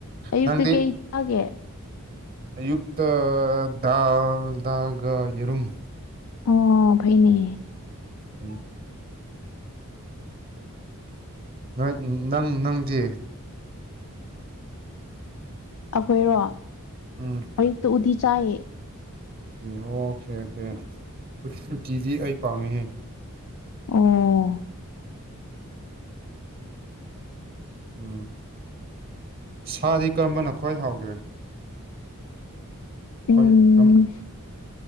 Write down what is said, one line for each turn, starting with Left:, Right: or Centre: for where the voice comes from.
Left: ꯑꯌꯨꯛꯇ
Right: ꯅꯪꯗꯤ
Left: ꯀꯩ ꯇꯥꯒꯦ
Right: ꯑꯌꯨꯛꯇ ꯗꯥꯜ ꯗꯥꯜꯒ ꯌꯦꯔꯨꯝ
Left: ꯑꯣ ꯐꯩꯅꯦ
Right: ꯎꯝ ꯅꯣꯏ ꯅꯪ ꯅꯪꯗꯤ
Left: ꯑꯈꯣꯏꯔꯣ
Right: ꯎꯝ
Left: ꯑꯌꯨꯛꯇ ꯎꯇꯤ ꯆꯥꯌꯦ
Right: ꯑꯣꯀꯦ ꯑꯣꯀꯦ ꯎꯇꯤꯗꯤ ꯑꯩ ꯄꯥꯝꯃꯤꯍꯦ
Left: ꯑꯣ
Right: ꯎꯝ ꯁꯥꯗꯤ ꯀꯔꯝꯕꯅ ꯈ꯭ꯋꯥꯏ ꯍꯥꯎꯒꯦ
Left: ꯎꯝ
Right: ꯑꯩꯈꯣꯏ ꯑꯗꯨꯝ